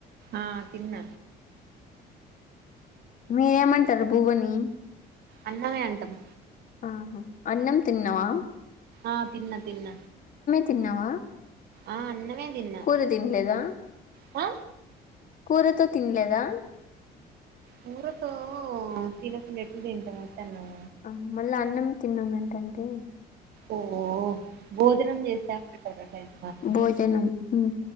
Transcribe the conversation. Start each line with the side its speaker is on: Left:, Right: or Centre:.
Right: ఆ తిన్న
Left: మీరూ ఏమంటారు భువని
Right: అన్నమే అంటాం
Left: ఆహ అన్నం తిన్నవా
Right: ఆ తిన్న తిన్న
Left: తిన్నావా
Right: ఆ అన్నమే తిన్నా
Left: కూరు తినలేదా
Right: ఆ
Left: కూరతో తిన్లేదా
Right: కూరతో తినకుండా ఎట్లా తింటాం ఒట్టి అన్నం
Left: ఆ మళ్ళీ అన్నం తిన్నానంటంటే
Right: ఓ భోజనం చేసేడు
Left: భోజనం మ్